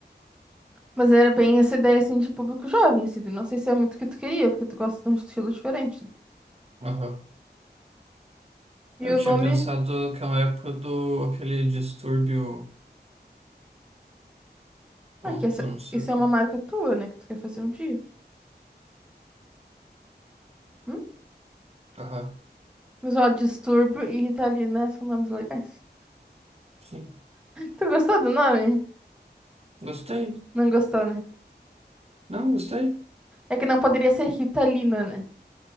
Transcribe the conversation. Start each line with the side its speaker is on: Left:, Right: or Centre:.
Centre: Mas era bem essa ideia, assim, de público jovem, assim. Não sei se é muito o que tu queria, porque tu gosta de um estilo diferente, né?
Right: Aham. Eu
Centre: E o
Right: tinha
Centre: nome...
Right: pensado naquela época do aquele distúrbio ponto,
Centre: Ah, que essa...
Right: não sei
Centre: Isso
Right: o que.
Centre: é uma marca tua, né? Que tu quer fazer um dia. Hum?
Right: Aham.
Centre: Mas, ó, Distúrbio e Ritalina são nomes legais.
Right: Sim.
Centre: <laughs> Tu gostou do nome?
Right: Gostei.
Centre: Não gostou, né?
Right: Não, gostei.
Centre: É que não poderia ser Ritalina, né?